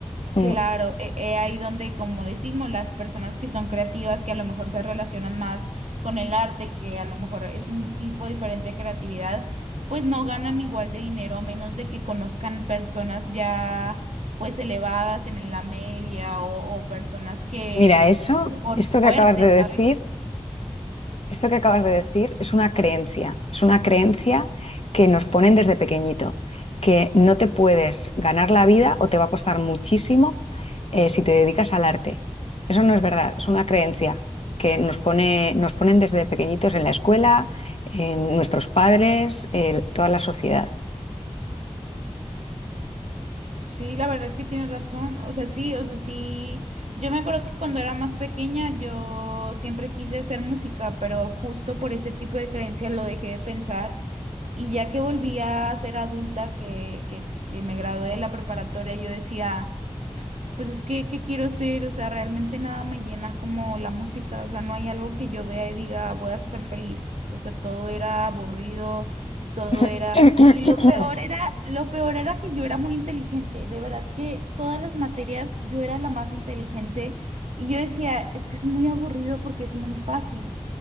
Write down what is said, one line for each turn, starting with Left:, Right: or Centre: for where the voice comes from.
Left: mm,
Right: Claro, e- e ahí donde, como decimos, las personas que son creativas, que a lo mejor se relacionan más con el arte, que a lo mejor es un tipo diferente de creatividad, pues no ganan igual de dinero, a menos de que conozcan personas ya pues elevadas en la media o, o personas que
Left: Mira, eso,
Right: por
Left: esto
Right: suerte,
Left: que acabas de
Right: ¿sabes?
Left: decir. Esto que acabas de decir es una creencia, es una creencia que nos ponen desde pequeñito, que no te puedes ganar la vida o te va a costar muchísimo eh, si te dedicas al arte. Eso no es verdad, es una creencia que nos pone, nos ponen desde pequeñitos en la escuela, en nuestros padres, en toda la sociedad.
Right: Sí, la verdad que tienes razón. O sea, sí, o sea, sí. Yo me acuerdo que cuando era más pequeña yo siempre quise hacer música, pero justo por ese tipo de creencias lo dejé de pensar. Y ya que volví a ser adulta, que, que, que me gradué de la preparatoria, yo decía... Pues es que, ¿qué quiero ser? O sea, realmente nada me llena como la música, o sea, no hay algo que yo vea y diga, voy a ser feliz. O sea, todo era aburrido, todo era...
Left: <coughs>
Right: Y lo peor era, lo peor era que yo era muy inteligente, de verdad que todas las materias yo era la más inteligente y yo decía, es que es muy aburrido porque es muy fácil.